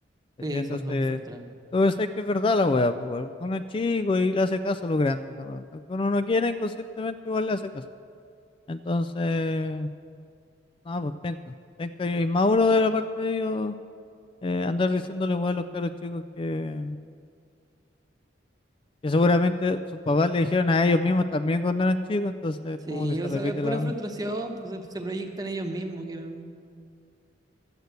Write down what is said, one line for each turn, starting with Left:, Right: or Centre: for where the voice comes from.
Left: ¿cachai?
Right: Sí,
Left: Entonces,
Right: son, son frustrados.
Left: tú pensás que es verdad la weá, po, igual, uno es chico y le hace caso a los grandes, de repente. Aunque uno no quiera, inconscientemente igual le hace caso. Entonces, no, pues penca, penca y Mauro de la parte de ellos, eh, andar diciéndole weá a los caros chicos que Que seguramente sus papás le dijeron a ellos mismos también cuando eran chicos, entonces
Right: Sí,
Left: como que se
Right: o
Left: repite
Right: sea, es pura
Left: la...
Right: frustración, pues, se, se proyectan ellos mismos, quieren,